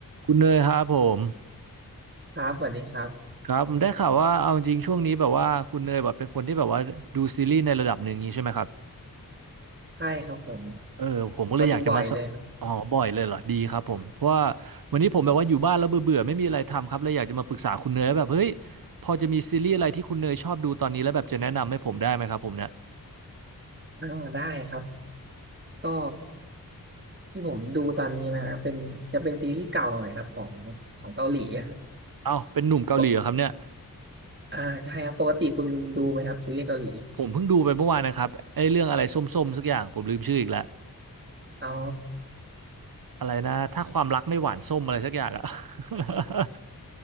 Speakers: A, on the right (about 65°); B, on the right (about 30°).
A: คุณเนยครับผม
B: ครับสวัสดีครับ
A: ครับได้ข่าวว่าเอาจริงช่วงนี้แบบว่าคุณเนยแบบเป็นคนที่แบบว่าดูซีรีส์ในระดับหนึ่งงี้ใช่ไหมครับ
B: ใช่ครับผม
A: เออผมก็เลยอยากจะมาสอ๋อบ่อยเลยเหรอดีครับผมเพราะว่า
B: ก็ดูบ่อยเลยครับ
A: วันนี้ผมแบบว่าอยู่บ้านแล้วเบื่อเบื่อไม่มีอะไรทำครับเลยอยากจะมาปรึกษาคุณเนยว่าแบบเฮ้ยพอจะมีซีรีส์อะไรที่คุณเนยชอบดูตอนนี้แล้วแบบจะแนะนำให้ผมได้ไหมครับผมเนี่ย
B: อ่าได้ครับก็ที่ผมดูตอนนี้นะฮะเป็นจะเป็นซีรีส์เก่าหน่อยครับของของเกาหลีอะครับ
A: เอ้าเป็นหนุ่มเกาหลีเหรอครับเนี่ย
B: ปกอ่าใช่ครับปกติคุณดูไหมครับซีรีส์เกาหลี
A: ผมเพิ่งดูไปเมื่อวานนะครับไอ้เรื่องอะไรส้มๆสักอย่างผมลืมชื่ออีกแล้ว
B: อ๋อ
A: อะไรนะถ้าความรักไม่หวานส้มอะไรสักอย่างอะ <laughs>